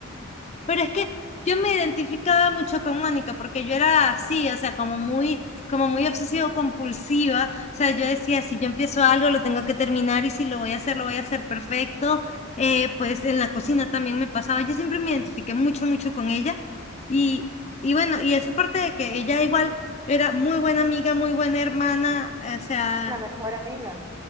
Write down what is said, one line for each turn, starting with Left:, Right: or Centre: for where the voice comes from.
Left: Pero es que yo me identificaba mucho con Mónica porque yo era así, o sea, como muy, como muy obsesivo compulsiva. O sea, yo decía, si yo empiezo algo, lo tengo que terminar y si lo voy a hacer, lo voy a hacer perfecto. Eh, pues en la cocina también me pasaba. Yo siempre me identifiqué mucho, mucho con ella. Y, y bueno, y esa parte de que ella igual era muy buena amiga, muy buena hermana, o sea,
Right: La mejor amiga.